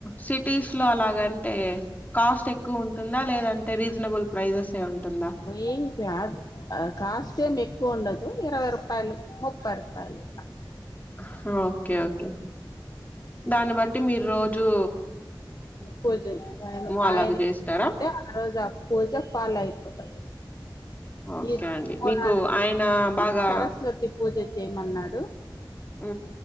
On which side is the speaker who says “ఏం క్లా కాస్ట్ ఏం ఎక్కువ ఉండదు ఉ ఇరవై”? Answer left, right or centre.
Left